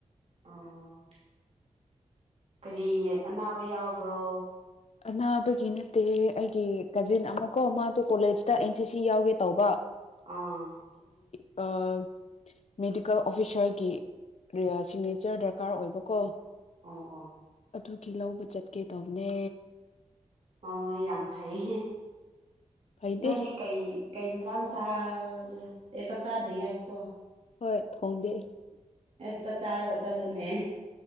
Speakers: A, on the right; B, on the left.
A: ꯑꯣ ꯀꯔꯤ ꯑꯅꯥꯕ ꯌꯥꯎꯕ꯭ꯔꯣ
B: ꯑꯅꯥꯕꯒꯤ ꯅꯠꯇꯦ ꯑꯩꯒꯤ ꯀꯥꯖꯤꯟ ꯑꯃꯀꯣ ꯃꯥꯗꯣ ꯀꯣꯂꯦꯖꯇ ꯑꯦꯟ ꯁꯤ ꯁꯤ ꯌꯥꯎꯒꯦ ꯇꯧꯕ
A: ꯑꯥ
B: ꯀ ꯃꯦꯗꯤꯀꯦꯜ ꯑꯣꯐꯤꯁꯔꯒꯤ ꯁꯤꯒꯅꯦꯆꯔ ꯗꯔꯀꯥꯔ ꯑꯣꯏꯕꯀꯣ
A: ꯑꯣ ꯑꯣ
B: ꯑꯗꯨꯒꯤ ꯂꯧꯕ ꯆꯠꯀꯦ ꯇꯧꯅꯦ
A: ꯑꯣ ꯌꯥꯝ ꯐꯩ
B: ꯐꯩꯗꯦ
A: ꯅꯪꯗꯤ ꯀꯩ ꯀꯩ ꯏꯟꯁꯥꯡ ꯆꯥꯔꯕꯣ ꯑꯦ ꯆꯥꯛ ꯆꯥꯗ꯭ꯔꯤ ꯍꯥꯏꯕꯀꯣ
B: ꯍꯣꯏ ꯊꯣꯡꯗꯦ
A: ꯑꯦꯁ ꯆꯥꯛ ꯆꯥꯔꯒ ꯆꯠꯂꯨꯅꯦ